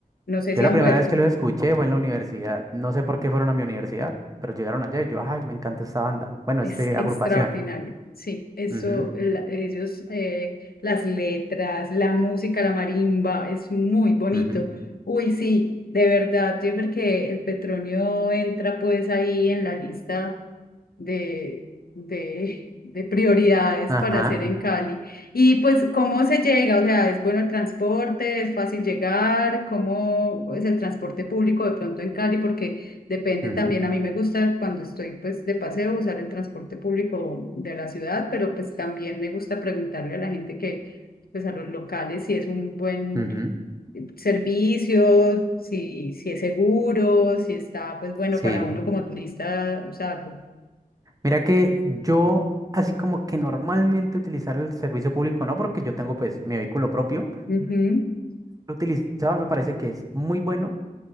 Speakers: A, on the left; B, on the right.
A: No sé
B: Yo
A: si
B: la
A: han
B: primera
A: vuelto,
B: vez que los escuché fue en la universidad. No sé por qué fueron a mi universidad, pero llegaron allá y yo, ay, me encanta esta banda. Bueno,
A: es
B: este
A: extraordinario.
B: agrupación.
A: Sí, eso,
B: ujú,
A: la- ellos, eh, las letras, la música, la marimba, es muy bonito.
B: ujú,
A: Uy, sí, de verdad, Jeffer, que el Petronio entra pues ahí en la lista de, de, de prioridades
B: Ajá.
A: para hacer en Cali. Y pues, ¿cómo se llega? O sea, ¿es bueno el transporte? ¿Es fácil llegar? ¿Cómo es el transporte público de pronto en Cali? Porque depende
B: ujú,
A: también, a mí me gusta cuando estoy pues de paseo usar el transporte público de la ciudad, pero pues también me gusta preguntarle a la gente que, pues a los locales si es un buen
B: ujú,
A: servicio, si, si es seguro, si está pues bueno
B: Sí.
A: para uno como turista usarlo.
B: Mira que yo, así como que normalmente utilizar el servicio público, no, porque yo tengo pues mi vehículo propio.
A: Ujú,
B: utilizado, me parece que es muy bueno,